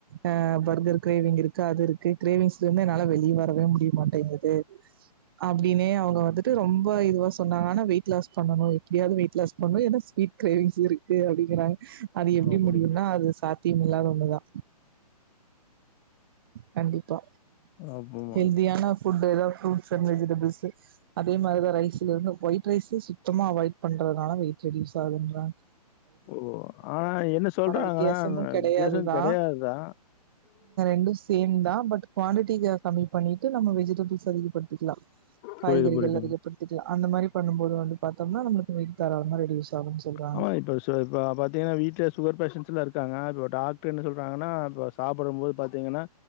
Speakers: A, on the right; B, on the left.
A: அ பர்கர் கிரேவிங் இருக்கு அது இருக்கு கிரேவிங்ஸ்லந்து என்னால வெளிய வரவே முடிய மாட்டேங்கிது அப்டின்னே அவுங்க வந்துட்டு ரொம்ப இதுவா சொன்னாங்க ஆனா வெயிட் லாஸ் பண்ணணு எப்படியாவ்து வெயிட் லாஸ் பண்ணு ஏனா ஸ்வீட் கிரைவிங்ஸ் இருக்கு அப்டிங்கிறாங் அது எப்டி
B: அப்படி
A: முடியுனானா அது சாத்திய நில்லாத ஒண்ணுதா கண்டி பா
B: ஆமா
A: ஹெல்தியான ஃபுட்டு எதா ஃப்ரு ட்ஸ் அன் வெஜிடபிள்ஸு அதே மாரிதா ரைஸ்லருந்து ஒயிட் ரைஸு சுத்தமா அவாய்ட் பண்றதுனால வெயிட் ரெடியூஸ் ஆகுதுன்றாங்
B: ஓ ஆனா என்ன சொல்றாங்கனா
A: வித்தியாசமும்
B: வ
A: கிடையாதுதான்
B: வித்தியாசம் கெடையாதுதா
A: ண்டு சேம் தா பட் குவாண்டிட்டி க கமி பண்ணிட்டு நம்ம வெஜிடபிள்ஸ் அதிகப்படுத்திக்லா காய்கறிகள்
B: புரியுது புரியுதுங்க
A: அதிகப்படுத்திக்லா அந்த மாரி பண்ணும் போது வந்து பாதோம்னா நம்ளுக்கு <unintelligible> தாராளமா ரெடியூஸ் ஆகும்னு சொல்றாங்க
B: ஆமா இப்ப சே ப பாத்தீங்கன்னா வீட்லே சுகர் பேஷன்ஸ்லா இருக்காங்க அது டாக்டர் என்ன சொல்றாங்கன்னா இப்ப சாப்ட போது பாத்தீங்கன்னா